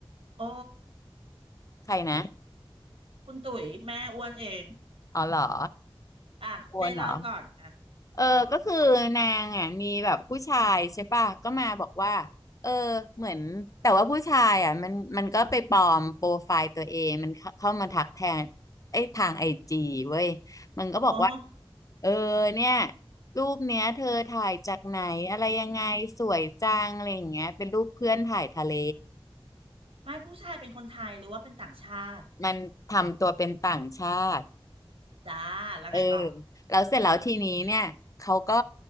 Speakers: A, on the right (about 80°); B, on the left (about 35°).
A: โอ้
B: ใครนะ
A: คุณตุ๋ยแม่อ้วนเอง
B: อ๋อเหรอ
A: อ่ะเจ๊เล่าก่อนอ่ะ
B: ควรเหรอเออก็คือนางอ่ะมีแบบผู้ชายใช่ป่ะก็มาบอกว่าเออเหมือนแต่ว่าผู้ชายอ่ะมันมันก็ไปปลอมโปรไฟล์ตัวเองมันเข้าเข้ามาทักแทนไอ้ยทางไอจีเว้ย
A: อ๋อ
B: มันก็บอกว่า
A: อ๋อ
B: เออเนี่ยรูปเนี้ยเธอถ่ายจากไหนอะไรยังไงสวยจังอะไรอย่างเงี้ยเป็นรูปเพื่อนถ่ายทะเล
A: ไม่ผู้ชายเป็นคนไทยหรือว่าเป็นต่างชาติ
B: มันทำตัวเป็นต่างชาติ
A: จ้าแล้วไงต่อ
B: เออแล้วเสร็จแล้วทีนี้เนี่ยเขาก็